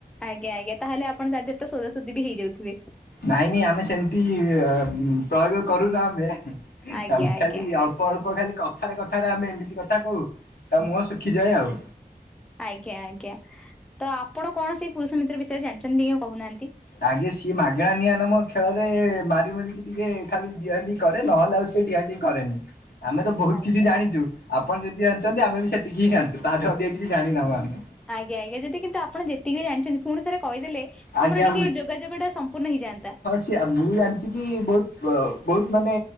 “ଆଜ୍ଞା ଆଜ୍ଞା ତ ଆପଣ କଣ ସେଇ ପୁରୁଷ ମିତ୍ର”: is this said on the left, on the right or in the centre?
Centre